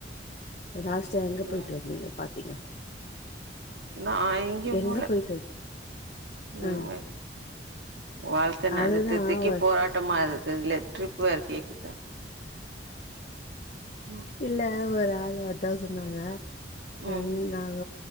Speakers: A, on the left; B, on the right.
A: லாஸ்ட்டா எங்க
B: ம்
A: பொய்ட்டு வந்தீங்க பாத்திங்க
B: நா எங்யு
A: எங்க
B: போல
A: போயிட்டு?
B: ம்
A: ஆ.
B: ஓய் வாழ்க்க நடுதித்திக்கு
A: அதுதான் ஒ
B: போராட்டமா இருக்கு இதுல ட்ரிப் வேற கேக்குதா ம்
A: இல்ல ஒரு ஆள் அதா சொன்னால
B: ம்
A: நீ நாங்